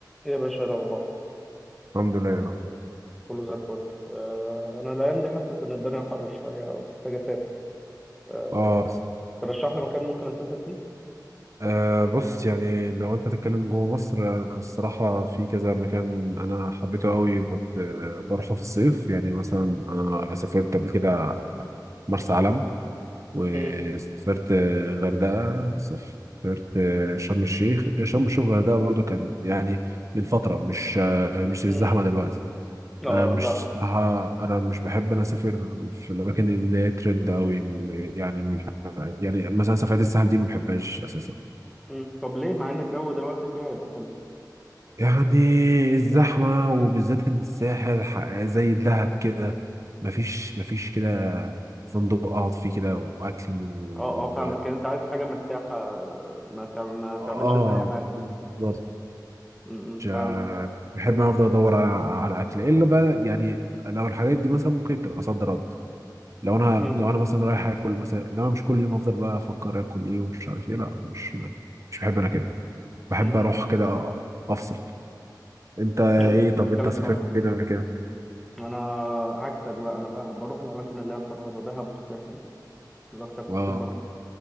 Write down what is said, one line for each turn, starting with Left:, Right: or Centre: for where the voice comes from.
Centre: ايه يا باشا إيه الاخبار
Right: الحمد لله يا الاخبار
Centre: كله زي الفل آه انا الايام دي حاسس ان الدنيا حر شويه محتاج اسافر آه
Right: اه
Centre: ترشح لي مكان ممكن اسافر فيه
Right: آه، بص يعني لو انت تتكلم جوه مصر آه، الصراحه في كذا مكان انا حبيته قوي كنت آه، بروحه في الصيف يعني مثلا انا سافرت قبل كده مرسى علم وسافرت
Centre: امم
Right: آه، غردقه سافرت آه، شرم الشيخ شرم الشيخ وغردقه برضو كان يعني من فتره مش آه، مش
Centre: امم
Right: الزحمه دلوقتي
Centre: اه
Right: انا مش
Centre: لا
Right: صراحة انا مش بحب انا اسافر في الاماكن اللي هي ترند قوي يعني م- يعني مثلا سفرات الساحل دي ما بحبهاش اساسا
Centre: مم. طب ليه مع ان الجو دلوقتي فيها هيبقى حلو
Right: يعني الزحمه وبالذات إن الساحل ح- زي دهب كده مفيش مفيش كده فندق اقعد فيه كده واكل و...
Centre: اه اه فاهمك يعني انت عايز حاجه مرتاحه آه، ما تع- ما تعملش
Right: اه
Centre: انت اي حاجه
Right: بالظبط
Centre: امم
Right: مش-
Centre: فهمت
Right: بحب أنا افضل ادور على على اكل الا بقى يعني لو الحاجات دي مثلا ممكن تبقى صد رد لو انا
Centre: امم
Right: لو انا مثلا رايح اكل مثلا انما مش كل يوم هفضل بقى افكر اكل ايه ومش عارف ايه لا مش مش بحب انا كده بحب
Centre: امم
Right: اروح كده افصل انت ايه
Centre: نعم
Right: طب
Centre: تتكلم
Right: انت سافرت
Centre: صح
Right: فين قبل كده
Centre: انا عكسك بقى انا بقى بروح الاماكن اللي هي الفرهده دهب والساحل دول اكتر حاجتين
Right: اه
Centre: بروح